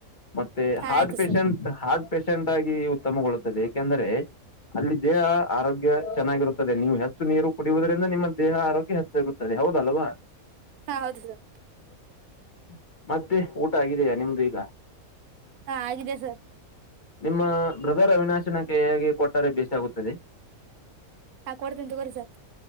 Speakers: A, on the left (about 40°); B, on the right (about 85°).
A: ಮತ್ತೆ
B: ಹಾ
A: ಹಾರ್ಟ್
B: ಆಯ್ತು
A: ಪಷಂಟ್
B: ಸರ್
A: ಹಾರ್ಟ್ ಪಷೆಂಟ್ ಆಗಿ ಉತ್ತಮಗೊಳ್ಳುತ್ತದೆ ಕೆಂದ್ರೆ ಅಲ್ಲಿ ದೇಹ ಆರೋಗ್ಯ ಚೆನ್ನಾಗಿರುತ್ತದೆ ನೀವು ಹೆ ಹೆಚ್ಚು ನೀರು ಕುಡಿಯುವುದರಿಂದ ನಿಮ್ಮ ದೇಹ ಆರೋಗ್ಯ ಹೆಚ್ಚಾಗಿರುತ್ತದೆ ಹೌದಲ್ವಾ
B: ಹಾ ಹೌದುದು
A: ಹ್ಮ ಮತ್ತೆ ಊಟ ಆಗಿದೆಯಾ ನಿಮ್ದು ಈಗ
B: ಹಾ ಆಗಿದೆ ಸರ್
A: ನಿಮ್ಮ ಬ್ರದರ್ ಅವಿನಾಶನ ಕಯಾಗಿ ಕೊಟ್ಟರೆ ಬಸಾಗುತ್ತದೆ
B: ಹಾಕ ಕೊಡ್ತಿ ತಗೋರಿ ಸರ್